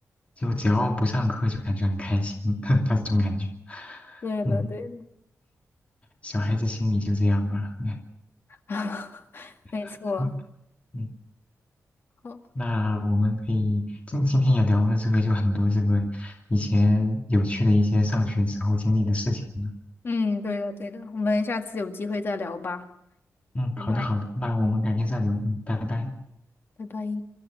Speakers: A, on the left (about 25°); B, on the left (about 45°).
A: 就只要不上课就感觉很开心，<laughs> 那种感觉。
B: 对的，
A: 嗯，
B: 对的，
A: 小孩子心里就这样吧。
B: <laughs> 没错。
A: <laughs> 嗯，
B: 好
A: 那我们可以今今天也聊了这个，就很多这个以前有趣的一些上学时候经历的事情了。
B: 嗯，对的，对的，我们下次有机会再聊吧，
A: 嗯，
B: 拜拜，
A: 好的，好的，那我们改天再聊。嗯，拜拜。
B: 拜拜。